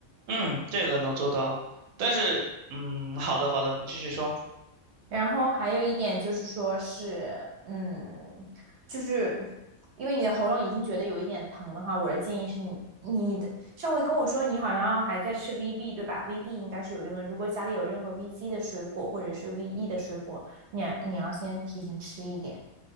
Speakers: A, on the right; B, on the right.
A: 嗯，这个能做到，但是嗯，好的好的，你继续说。
B: 然后还有一点就是说是，嗯，就是因为你的喉咙已经觉得有一点疼的话，我的建议是你，你的上回跟我说你好像还在吃 VB 对吧？VB 应该是有用的，如果家里有任何 VC 的水果或者是 VE 的水果，你你要先提前吃一点。